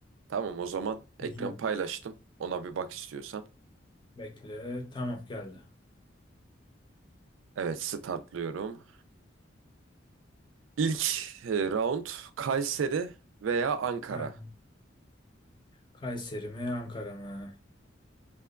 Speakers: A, on the right; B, on the left.
A: Tamam o zaman ekran
B: Güzel. olur.
A: paylaştım. Ona bir bak istiyorsan.
B: Bekle tamam geldi.
A: Evet startlıyorum. İlk e, round Kayseri veya Ankara.
B: Heh. Kayseri mi, Ankara mı?